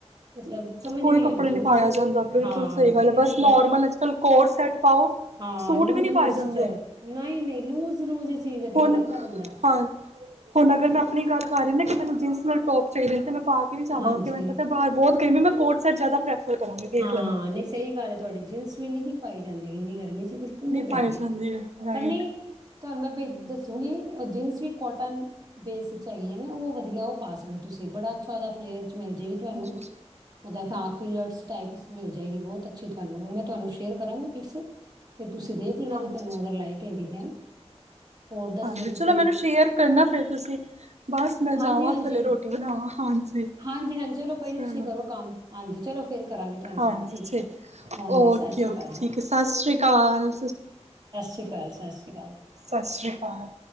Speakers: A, on the right (about 35°); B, on the right (about 75°).
A: ਮਤਲਬ ਸਮਝ
B: ਕੋਈ
A: ਨਹੀਂ
B: ਕੱਪੜੇ
A: ਆਉਂਦੀ
B: ਨਹੀਂੀ
A: ਕੁਛ
B: ਪਾਇਆ ਜਾਂਦਾ ਬਿਲਕੁਲ
A: ਹਾਂ
B: ਸਹੀ ਗੱਲ
A: ਦਿਲ
B: ਹੈ ਬਸ
A: ਵੀ
B: ਨੋਰਮਲ ਅੱਜ ਕੱਲ੍ਹ ਕੋਰ ਸੈਟ ਪਾਓ
A: ਹਾਂ
B: ਸੂਟ
A: ਲੂਜ਼
B: ਵੀ ਨਹੀਂ
A: ਲੂਸ
B: ਪਾਏ ਜਾਂਦੇ
A: ਚ ਨਹੀਂ ਨਹੀਂ ਲੂਜ ਲੂਜ ਚ ਵਧੀਆ
B: ਹੁਣ
A: ਰਹਿੰਦਾ ਬੰਦਾ
B: ਹਾਂ ਹੁਣ ਅਗਰ ਮੈਂ ਆਪਣੀ ਗੱਲ ਕਰ ਰਹੇ ਨਾ ਕਿ ਮੈਨੂੰ ਜੀਸ ਨਾਲ ਟੋਪ ਚਾਹੀਦੇ ਨੇ ਤੇ ਮੈਂ ਪਾ ਕੇ ਵੀ ਜਾਵਾਂਗੇ
A: ਹਾਂਜੀ
B: ਮੈਨੂੰ ਪਤਾ ਬਾਹਰ ਬਹੁਤ ਗਰਮੀ ਮੈਂ <unintelligible> ਪ੍ਰੈਫਰ ਕਰਾਂਗੀ ਦੇਖ
A: ਹਾਂ
B: ਲੈਣਾ
A: ਨਹੀਂ ਸਹੀ ਗੱਲ ਹੈ ਤੁਹਾਡੀ ਜੀਨਸ ਵੀ ਨਹੀਂ ਪਾਈ ਜਾਂਦੀ ਇੰਨੀ ਗਰਮੀ ਚ ਬਿਲਕੁਲ ਨੀ
B: ਨਹੀਂ ਪਾਏ
A: ਪੈਂਦੀ
B: ਜਾਂਦੇ ਰਾਈਟ
A: ਪਰ ਨਹੀਂ ਤੁਹਾਨੂੰ ਮੈਂ ਬ ਦੱਸੂਗੀ ਜੀਨਸ ਵੀ ਕੋਟਨ ਬੇਸ ਚ ਆਈਆ ਨੇ ਉਹ ਵਧੀਆ ਉਹ ਪਾ ਸਕਦਾ ਤੁਸੀਂ ਬੜਾ ਅੱਛਾ ਉਹਦਾ ਫਲੇਅਰ ਮਿਲ ਜਾਏਗੀ ਤੁਹਾਨੂੰ
B: ਅੱਛਾ ਅੱਛਾ
A: <unintelligible> ਮਿਲ ਜਾਏਗੀ ਬਹੁਤ ਅੱਛੀ ਤੁਹਾਨੂੰ ਮੈਂ ਤੁਹਾਨੂੰ ਸ਼ੇਅਰ ਕਰਾਂਗੀ ਪਿਕਸ ਤੁਸੀਂ ਦੇਖ ਲੈਣਾ
B: ਹਾਂਜੀ
A: ਜੇ ਤੁਹਾਨੂੰ ਅਗਰ ਲਾਈਕ ਹੈਗੇ ਤੇ ਹੋਰ ਦੱਸੋ
B: ਹਾਂਜੀ,
A: ਤੁਸੀਂ
B: ਚਲੋ। ਮੈਨੂੰ ਸ਼ੇਅਰ ਕਰਨਾ, ਫਿਰ ਤੁਸੀਂ। ਬਸ ਮੈਂ
A: ਹਾਂਜੀ
B: ਜਾਵਾਂ
A: ਹਾਂਜੀ
B: ਥੱਲੇ, ਰੋਟੀ ਬਣਾਵਾਂ। ਹਾਂਜੀ,
A: ਹਾਂਜੀ ਹਾਂਜੀ ਕੋਈ
B: ਚਲੋ।
A: ਨੀ ਤੁਸੀਂ ਕਰੋ ਕੰਮ ਹਾਂਜੀ ਚਲੋ ਫਿਰ ਕਰਾਂਗੇ ਤੁਹਾਨੂੰ
B: ਹਾਂਜੀ
A: ਕੋਲ
B: ਠੀਕ
A: ਹੈ ਹਾਂਜੀ
B: ਓਕੇ
A: ਸਤਿ ਸ਼੍ਰੀ
B: ਓਕੇ
A: ਅਕਾਲ ਜੀ
B: ਠੀਕ ਹੈ। ਸਤਿ ਸ੍ਰੀ ਅਕਾਲ।
A: ਸਤ ਸ਼੍ਰੀ ਅਕਾਲ ਜੀ।
B: ਸਤਿ ਸ਼੍ਰੀ ਅਕਾਲ।